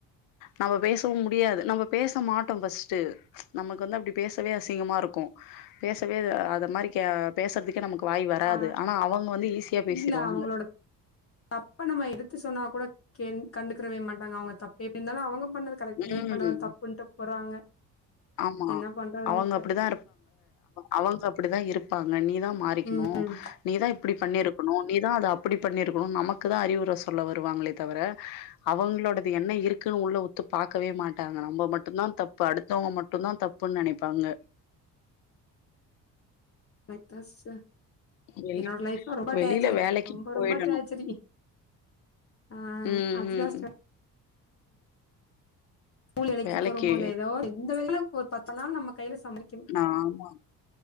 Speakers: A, on the left; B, on the left.
A: நம்ம பேசவு முடியாது நம்ம பேச மாட்டோ ஃபர்ஸ்ட்ட நமக்கு வந்து அப்படி பேசவே அசிங்கமா இருக்கு பேசவே அத மாரி அ பேசுறதுக்கு நமக்கு வாய் வராது
B: ஆ
A: ஆனா அவங்க வந்து ஈஸியா பேசிருவாங்க
B: இல்ல அவங்களோட தப்ப நம்ம எடுத்து சொன்னா கூட கே கண்டுக்கறவே மாட்டாங்க அவங்க தப்பே எப்படி இருந்தாலும் அவங்க பண்ணறதுக்கு கரெக்ட்
A: ம்
B: நீ பண்ணதா தப்புன்ட்டு போறாங்க
A: ஆமா
B: என்ன பண்றது
A: அவங்க
B: தெரில
A: அப்டிதா அவங்க அப்படிதா இருப்பாங்க நீதான் மாறிக்கணு
B: ம்
A: நீதான் இப்டி பண்ணிருக்கணு நீதான் அத அப்படி பண்ணிருக்கணும்னு நமக்கு தா அறிவுரை சொல்ல வருவாங்களே தவிர அவங்களோடது என்ன இருக்குன்னு உள்ள உத் த்து பாக்கவே மாட்டாங்க நம்ம மட்டும்தான் தப்பு அடுத்தவங்க மட்டும்தான் தப்புன்னு நினைப்பாங்க
B: பய்த்தஸ் ச
A: வெளி
B: என்னோட லைப்ல ரொம்ப
A: வெளில
B: டேச்சரி
A: வேலைக்கு
B: ரொம்ப
A: போயிடணு
B: ரொம்ப டேச்சரி ஆ
A: ம்
B: அதுதா
A: ம்
B: சிஸ்டர் மூள் இலைக்கி
A: வேலைக்கு
B: போறோமோ இல்லையோ ஏதோ எந்த <unintelligible> ஒரு பத்த நாள் நம்ம கையில சமைக்கணு
A: ஆ ஆமா